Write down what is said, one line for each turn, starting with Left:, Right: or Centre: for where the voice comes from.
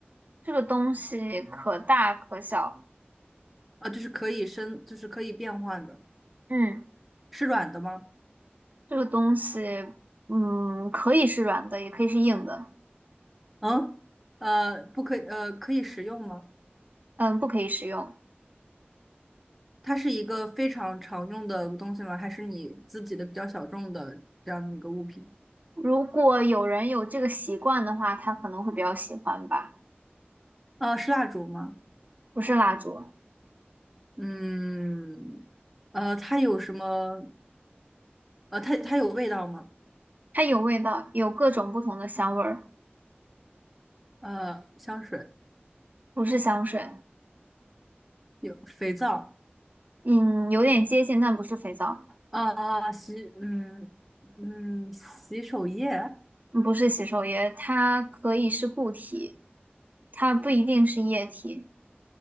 Right: 这个东西可大可小，
Centre: 啊，就是可以升，就是可以变换的，
Right: 嗯，
Centre: 是软的吗？
Right: 这个东西，嗯，可以是软的，也可以是硬的，
Centre: 嗯，呃，不可以，呃，可以食用吗？
Right: 嗯，不可以食用。
Centre: 它是一个非常常用的东西吗？还是你自己的比较小众的这样的一个物品？
Right: 如果有人有这个习惯的话，他可能会比较喜欢吧。
Centre: 啊，是蜡烛吗？
Right: 不是蜡烛，
Centre: 嗯，呃，它有什么？呃，它它有味道吗？
Right: 它有味道，有各种不同的香味儿，
Centre: 呃，香水
Right: 不是香水，
Centre: 有，肥皂
Right: 嗯，有点接近，但不是肥皂，
Centre: 啊，啊洗，嗯嗯，洗手液，
Right: 嗯不是洗手液，它可以是固体，它不一定是液体。